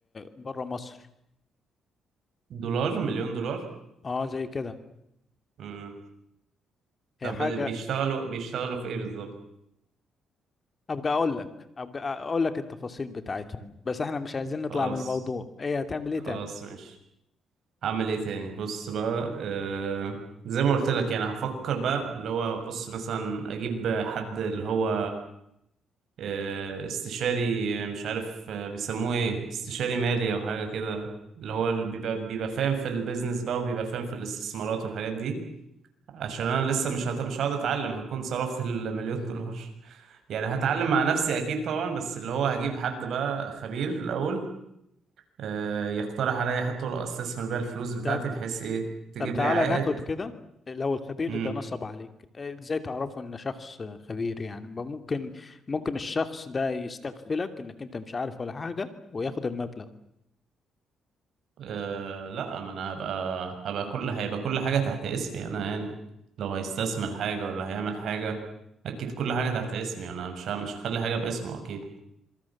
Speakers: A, on the left; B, on the right.
A: بره مصر
B: دولار مليون دولار
A: اه زي كده
B: امم
A: هي
B: طب
A: حاجة
B: بيشتغلوا بيشتغلوا في ايه بالظبط
A: ابقى اقول لك ابقى اقول لك التفاصيل بتاعتهم بس احنا مش عايزين
B: خلاص
A: نطلع من الموضوع ايه هتعمل ايه
B: خلاص
A: تاني
B: ماشي هعمل ايه تاني بص بقى آه... زي ما قلت لك يعني هفكر بقى اللي هو بص مثلا اجيب حد اللي هو آه... استشاري آه، مش عارف آه، بيسموه ايه استشاري مالي او حاجة كده اللي هو اللي بيبقى بيبقى فاهم في البيزنس بقى وبيبقى فاهم في الاستثمارات والحاجات دي عشان انا لسه مش هت... مش هقعد اتعلم هكون صرفت <laughs> المليون دولار يعني هتعلم مع نفسي اكيد طبعا بس اللي هو هجيب حد بقى خبير الاول آه، يقترح عليا طرق استثمر بيها الفلوس بتاعتي
A: طب
B: بحيث ايه تجيب
A: طب تعالى
B: لي عائد
A: ناخد كده لو الخبير
B: امم
A: ده نصب عليك إيه، ازاي تعرفه ان شخص خبير يعني ما ممكن ممكن الشخص ده يستغفلك انك انت مش عارف ولا حاجة وياخد المبلغ
B: أه لا ما انا هبقى هبقى كل هيبقى كل حاجة تحت اسمي انا يعني لو هيستثمر حاجة ولا هيعمل حاجة اكيد كل حاجة تحت اسمي انا مش ه- مش هخلي حاجة باسمه اكيد